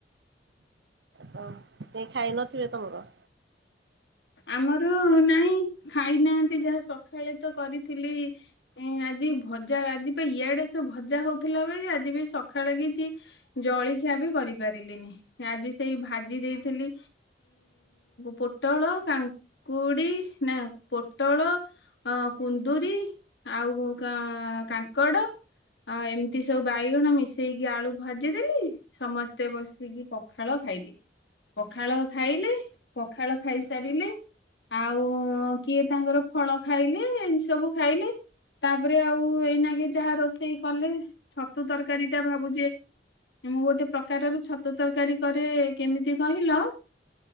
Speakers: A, on the right; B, on the left.
A: ତ କେହି ଖାଇ ନଥିବେ ତମର?
B: ଆମର ନାଇଁ ଖାଇନାହାନ୍ତି ଯାହା ସଖାଳେ ତ କରିଥିଲି ଆଜି ଭଜା ଆଜି ପାଇଁ ଇଆଡେ ସବୁ ଭଜା ହଉଥିଲା ବେଳେ ଆଜି ବି ସଖାଳେ କିଛି ଜଳଖିଆ ବି କରିପାରିଲିନି ଆଜି ସେଇ ଭାଜି ଦେଇଥିଲି ପୋଟଳ କାଙ୍କୁଡି ନା ପୋଟଳ ଅ କୁନ୍ଦୁରି ଆଉ କାଙ୍କଡ ଏମିତି ସବୁ ବାଇଗଣ ମିଶେଇକି ଆଳୁ ଭାଜିଦେଲି ସମସ୍ତେ ବସିକି ପଖାଳ ଖାଇଲେ ପଖାଳ ଖାଇଲେ ପଖାଳ ଖାଇ ସାରିଲି ଆଉ କିଏ ତାଙ୍କର ଫଳ ଖାଇଲେ ଏ ସବୁ ଖାଇଲେ ତାପରେ ଆଉ ଏଇନାକେ ଯାହା ରୋଷେଇ କଲେ ଛତୁ ତରକାରୀ ଟା ଭାବୁଛି ମୁଁ ଗୋଟେ ପ୍ରକାରର ଛତୁ ତରକାରୀ କରେ କେମିତି କହିଲ